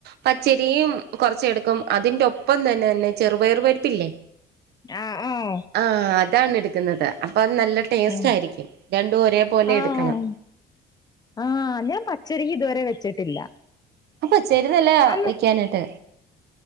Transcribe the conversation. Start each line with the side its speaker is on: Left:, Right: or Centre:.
Right: പച്ചരിയും കുറച്ച് എടുക്കും അതിന്റെ ഒപ്പം തന്നെ തന്നെ ചെറുപയറു പരിപ്പില്ലേ.
Left: ആഹ് ആഹ്
Right: ആ അതാണ് എടുക്കുന്നത് അപ്പൊ അത് നല്ല ടേസ്റ്റ്
Left: ഉം
Right: ആയിരിക്കും രണ്ടും ഒരേ പോലെ
Left: ആഹ്
Right: എടുക്കണം
Left: ആഹ് ഞാൻ പച്ചരിക്ക് ഇതുവരെ വെച്ചിട്ടില്ല.
Right: ആഹ് പചെരി നല്ലയ
Left: അന്ന്
Right: വെക്കാനായിട്ട്